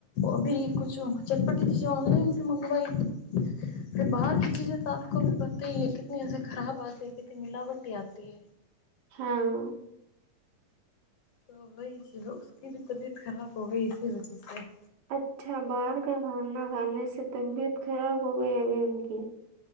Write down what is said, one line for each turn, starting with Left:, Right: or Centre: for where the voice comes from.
Left: અભી કુછ ચટપટી ચીજ ઓનલાઈન સે મંગવાઈ બહાર કી ચીજે કાફી કોભિ પતૈ હે કતની ખરાબ આતી હૈ કની મિલાવટી આતી
Right: હા
Left: તો વહી જી ઉસકીભી તબીયત ખરાબ હો ગઈ ઇસીકી વજહ સે
Right: અચ્છા બહાર કા ખાના ખાને સે તબીયત ખરાબ હો ગઈ અભી ઉનકી